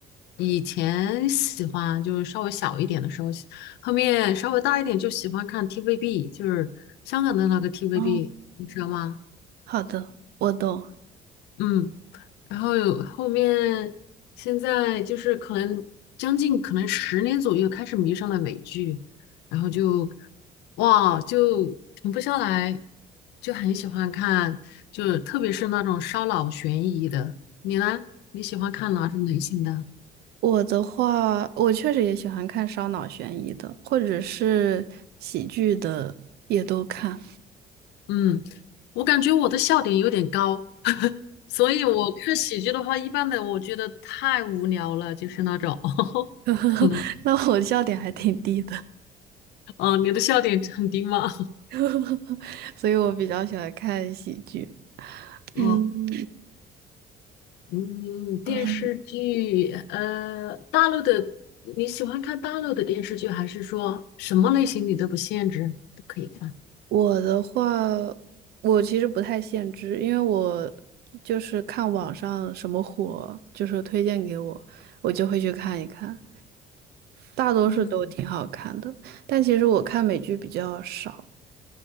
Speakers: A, on the left; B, on the right.
A: 以前喜欢就是稍微小一点的时候，后面稍微大一点就喜欢看 TVB，就是香港的那个 TVB，
B: 哦，
A: 你知道吗？
B: 好的，我懂。
A: 嗯。然后有后面现在就是可能将近可能十年左右开始迷上了美剧，然后就哇就停不下来，就很喜欢看，就特别是那种烧脑悬疑的。你呢？你喜欢看哪种类型的？
B: 我的话，我确实也喜欢看烧脑悬疑的，或者是喜剧的，也都看。
A: 嗯，我感觉我的笑点有点高，<laughs> 所以我看喜剧的话，一般的我觉得太无聊了，就是那种，<laughs>
B: <laughs>
A: 可能，
B: 那我笑点还挺低的。
A: 哦，你的笑点很低吗？
B: <laughs> 所以我比较喜欢看喜剧。嗯，
A: <laughs> 嗯。嗯，电视剧，
B: 嗯，
A: 呃，大陆的，你喜欢看大陆的电视剧，还是说什么类型你都不限制，都可以看？
B: 我的话，我其实不太限制，因为我就是看网上什么火，就是推荐给我，我就会去看一看，大多数都挺好看的。
A: 嗯，
B: 但其实我看美剧比较少。